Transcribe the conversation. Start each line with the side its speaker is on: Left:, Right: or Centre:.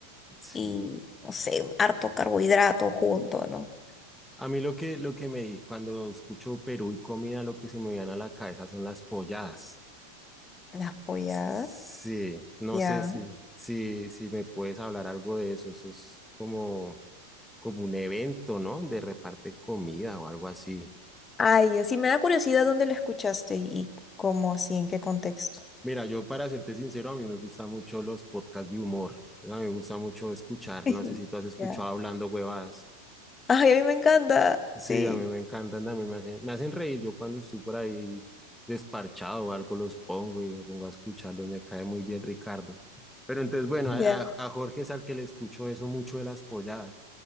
Centre: Sí.
Left: y, no sé, harto carbohidrato junto, ¿no?
Centre: A mí lo que, lo que me, cuando escucho Perú y comida, lo que se me viene a la cabeza son las polladas.
Left: Las polladas.
Centre: Sí, no
Left: Ya.
Centre: sé si, si, si me puedes hablar algo de eso. Eso es como, como un evento, ¿no? De reparte comida o algo así.
Left: Ay, así me da curiosidad dónde lo escuchaste y cómo, así, en qué contexto.
Centre: Mira, yo para serte sincero, a mí me gustan mucho los podcasts de humor. A mí me gusta mucho escuchar.
Left: <laughs>
Centre: No sé si tú has escuchado
Left: Ya.
Centre: hablando huevadas.
Left: Ay, a mí me encanta.
Centre: Sí,
Left: Sí,
Centre: a mí me encantan, a mí me hacen, me hacen reír. Yo cuando estoy por ahí desparchado o algo los pongo y me pongo a escucharlos. Me cae muy bien Ricardo. Pero entonces, bueno,
Left: ya.
Centre: a, a a Jorge es al que le escucho eso mucho de las polladas.